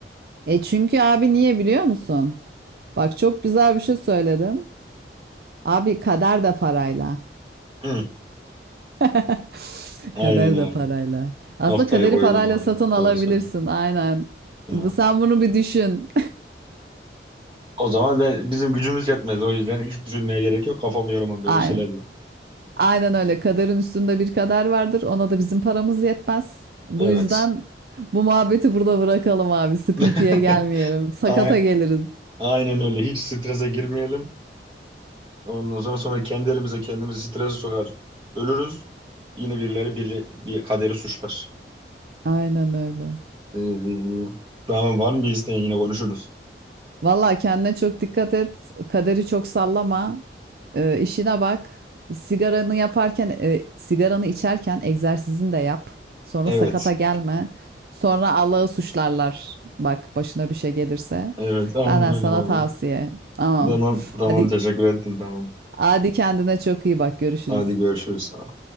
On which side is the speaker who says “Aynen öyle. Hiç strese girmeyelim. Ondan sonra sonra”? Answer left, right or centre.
Right